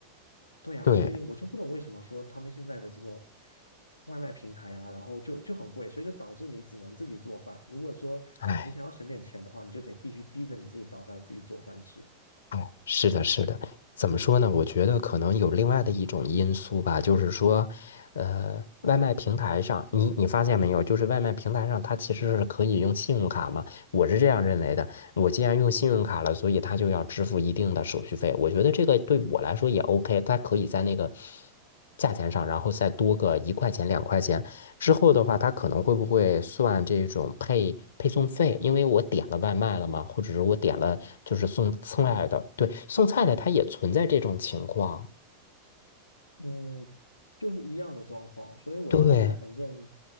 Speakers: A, on the left; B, on the left.
A: 对啊，
B: 对，
A: 所以我就不懂为什么说他们现在的这种外卖平台啊，然后就就很贵，所以就导致你只能自己做饭。如果说你想要省点钱的话，
B: 哎。
A: 你就得必须逼着你自己倒出来自己做饭吃。
B: 哦，是的，是的，怎么说呢？我觉得可能有另外的一种因素吧，就是说，呃，外卖平台上，你你发现没有，就是外卖平台上它其实是可以用信用卡嘛，我是这样认为的。我既然用信用卡了，所以他就要支付一定的手续费。我觉得这个对我来说也 OK，他可以在那个价钱上，然后再多个一块钱、两块钱。之后的话，他可能会不会算这种配配送费？因为我点了外卖了嘛，或者是我点了就是送菜的，对，送菜的他也存在这种情况。
A: 嗯，就是一样的状况，所以我现在反正，
B: 对，